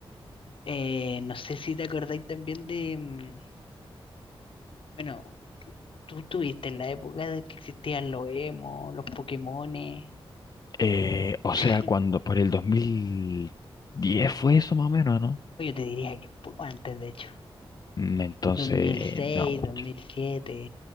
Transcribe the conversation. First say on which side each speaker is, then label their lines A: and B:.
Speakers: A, on the left; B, on the left.
A: Eh, no sé si te acordáis también de, mm, bueno, tú tuviste en la época de que existían los emo, los Pokémones.
B: Eh, o sea,
A: <laughs>
B: cuando por el dos mil diez fue eso más o menos, ¿no?
A: Yo te diría que un poco antes, de hecho.
B: Mm, Entonces,
A: dos dos mil
B: eh,
A: seis
B: no mucho.
A: dos mil siete